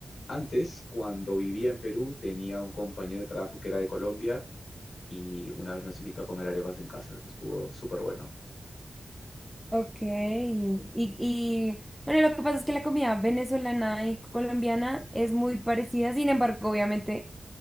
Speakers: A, on the left; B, in the centre.
A: antes, cuando vivía en Perú, tenía un compañero de trabajo que era de Colombia y una vez nos invitó a comer arepas en casa, que estuvo súper bueno.
B: Ok. Y, y bueno, lo que pasa es que la comida venezolana y colombiana es muy parecida, sin embargo, obviamente,